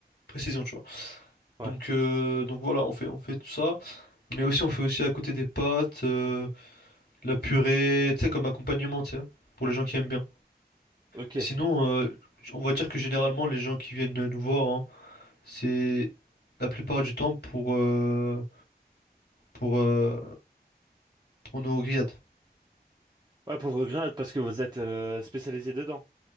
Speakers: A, on the left; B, on the right.
A: précision, tu vois.
B: Ouais.
A: Donc, euh, donc voilà, on fait, on fait tout ça. Mais aussi, on fait aussi à côté des pâtes, euh, de la purée, tu sais, comme accompagnement, tu sais, pour les gens qui aiment bien.
B: Ok.
A: Mais sinon, euh, on va dire que généralement, les gens qui viennent nous voir, hein, C'est la plupart du temps pour, euh, pour, euh, pour nos grillades.
B: Ouais pauvre grade parce que vous êtes euh, spécialisé dedans.